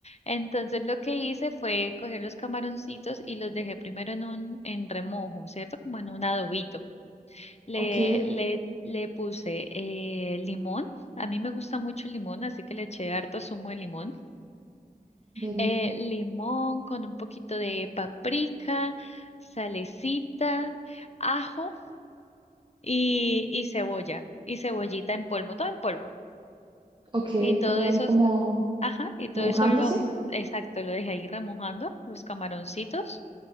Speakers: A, on the left; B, on the right.
A: Entonces lo que hice fue coger los camaroncitos y los dejé primero en un en remojo, ¿cierto? Como en un adobito. Le,
B: ok,
A: le, le puse eh, limón. A mí me gusta mucho el limón, así que le eché harto zumo de limón.
B: deli,
A: Eh, limón con un poquito de paprika, salecita, ajo y, y cebolla. Y cebollita en polvo, todo en polvo.
B: ok,
A: Y todo
B: todo
A: eso,
B: ahí como
A: es- ajá, y todo
B: mojándose,
A: eso lo, exacto, lo dejé ahí remojando, los camaroncitos.